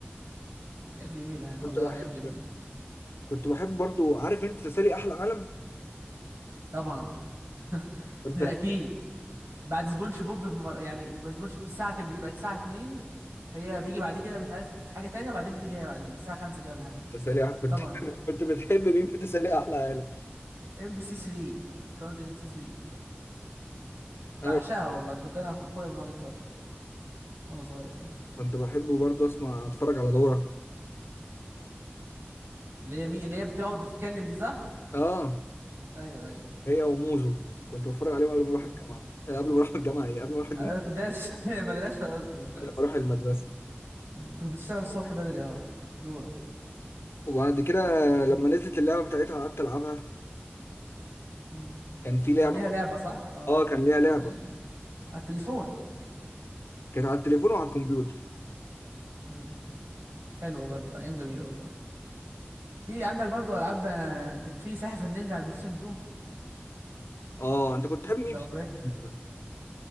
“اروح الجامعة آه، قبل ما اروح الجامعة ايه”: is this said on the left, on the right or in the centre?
Left